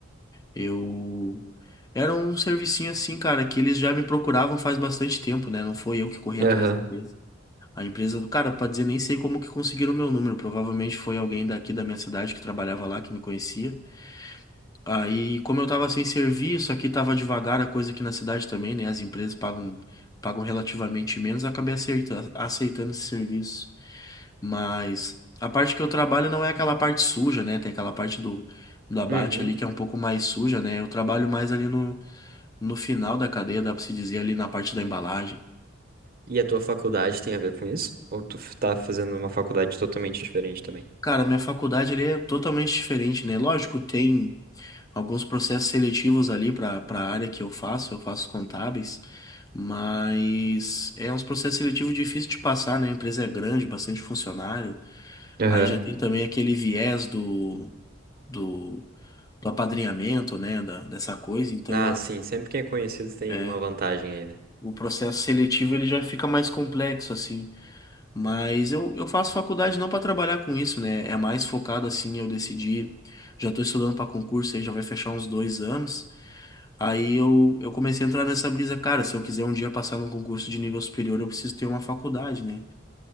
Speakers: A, on the left; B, on the right.
A: Eu era um servicinho assim, cara, que eles já me procuravam faz bastante tempo, né? Não foi eu que corri
B: Aham.
A: atrás da empresa. A empresa do cara, pra dizer, nem sei como que conseguiram o meu número. Provavelmente foi alguém daqui da minha cidade que trabalhava lá, que me conhecia. Aí, como eu tava sem serviço, aqui tava devagar a coisa aqui na cidade também, né? As empresas pagam, pagam relativamente menos, eu acabei acerta- aceitando esse serviço. Mas a parte que eu trabalho não é aquela parte suja, né? Tem aquela parte do, do abate
B: Uhum.
A: ali que é um pouco mais suja, né? Eu trabalho mais ali no, no final da cadeia, dá pra se dizer, ali na parte da embalagem.
B: E a tua faculdade tem a ver com isso? Ou tu f- tá fazendo uma faculdade totalmente diferente também?
A: Cara, minha faculdade ali é totalmente diferente, né? Lógico, tem. alguns processos seletivos ali para para a área que eu faço, eu faço contábeis, mas é uns processos seletivos difíceis de passar, né? A empresa é grande, bastante funcionário.
B: Aham.
A: Aí já tem também aquele viés do, do, do apadrinhamento, né? Da, dessa coisa. Então,
B: Ah,
A: a-
B: sim, sempre quem é conhecido tem
A: é,
B: uma vantagem aí, né?
A: o processo seletivo ele já fica mais complexo, assim. Mas eu, eu faço faculdade não para trabalhar com isso, né? É mais focado, assim, eu decidi. Já estou estudando para concurso aí, já vai fechar uns dois anos. Aí eu, eu comecei a entrar nessa brisa, cara, se eu quiser um dia passar num concurso de nível superior, eu preciso ter uma faculdade, né?